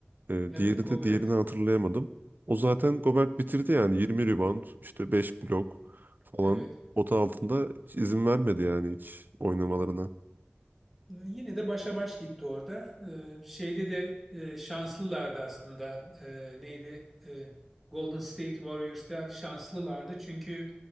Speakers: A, on the right (about 50°); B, in the centre.
A: e,
B: Evet,
A: diğeri
B: Gobert.
A: de diğerini hatırlayamadım. O zaten Gobert bitirdi yani 20 rebound, işte 5 blok falan
B: Evet.
A: pota altında hiç izin vermedi yani hiç oynamalarına.
B: Ee, Yine de başa baş gitti orada. Ee, şeyde de e, şanslılardı aslında. Ee, neydi? Ee, Golden State Warriors'ta şanslılardı. Çünkü